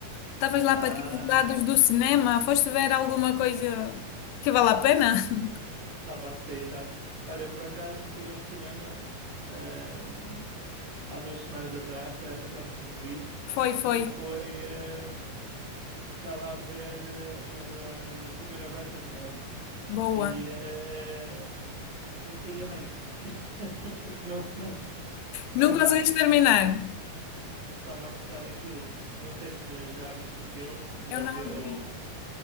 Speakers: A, on the left; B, on the right.
A: Estavas lá
B: Ah,
A: para aqueles lados do cinema. Foste ver alguma coisa que vale a pena? <laughs>
B: estava a sair, tá. Olha, por acaso fui ao cinema ahm, há duas semanas atrás, calhar foi quando tu me viste,
A: Foi, foi.
B: que foi. ahm, Estava a ver eh, o. eh, fui ver a Branca de Neve
A: Boa.
B: e, eh, e saí a meio. <laughs> Porque não, não, não
A: Não
B: estava
A: conseguiste
B: a,
A: terminar?
B: não estava a gostar daquilo. Não sei se já viste o filme, mas
A: Eu não
B: eu.
A: vi.